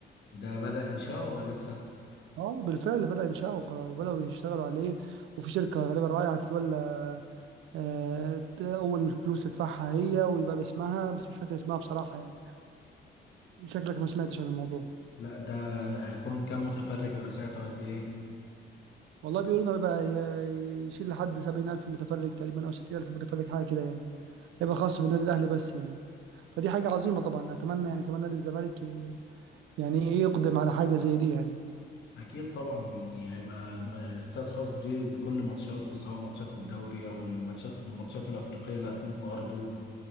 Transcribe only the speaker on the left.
ده بدأ انشاؤه ولا لسه
لا ده هيكون كام متفرج ولا ساعته قد ايه
اكيد طبعا يعني هيبقى آه، استاد خاص بيه لكل ماتشاته سواء ماتشات الدوري او الماتشات الماتشات الافريقيه اللي هتكون في ارضه